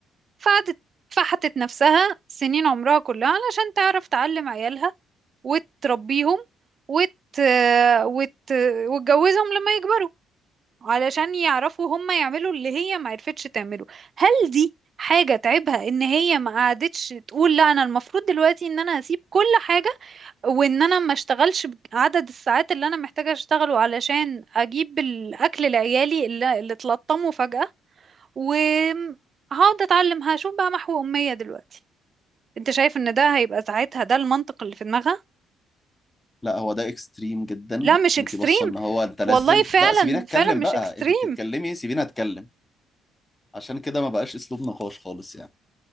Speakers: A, on the right; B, on the left.
A: فقعدت فحتت نفسها سنين عمرها كلها علشان تعرف تعلم عيالها وتربيهم وت... وت... وتجوزهم لما يكبروا علشان يعرفوا هم يعملوا اللي هي ما عرفتش تعمله هل دي حاجة تعبها ان هي ما قعدتش تقول لا انا المفروض دلوقتي ان انا هسيب كل حاجة وان انا ما اشتغلش عدد الساعات اللي انا محتاجة اشتغله علشان اجيب الاكل لعيالي اللي, اللي اتلطموا فجأة وهقعد اتعلم هشوف بقى محو امية دلوقتي انت شايف ان ده هيبقى ساعتها ده المنطق اللي في دماغها
B: لا هو ده اكستريم جدا
A: لا مش اكستريم
B: انت بصه ان هو انت لازم
A: والله فعلا
B: لا سيبيني اتكلم
A: فعلا مش
B: بقى
A: اكستريم
B: انت بتتكلمي سيبيني اتكلم عشان كده ما بقاش اسلوب نقاش خالص يعني